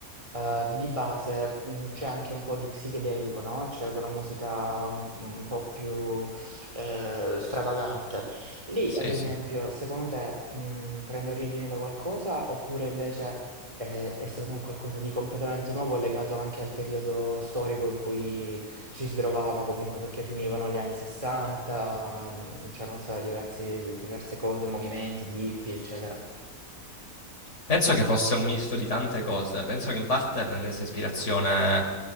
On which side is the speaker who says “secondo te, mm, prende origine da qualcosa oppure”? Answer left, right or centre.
Right